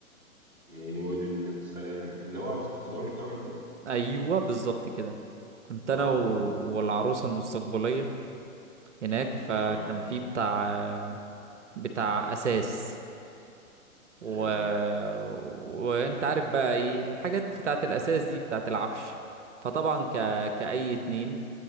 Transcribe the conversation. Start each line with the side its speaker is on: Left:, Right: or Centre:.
Centre: مول اللي في السلام اللي هو في داون تاون ده
Right: ايوه بالظبط كده كنت
Centre: اه
Right: انا و-
Centre: اه
Right: والعروسه المستقبليه هناك فكان
Centre: اه
Right: في بتاع آه، بتاع اساس و...
Centre: حلو
Right: وانت عارف بقى ايه الحاجات بتاعت الاساس دي بتاعت العفش فطبعا ك... كأي اتنين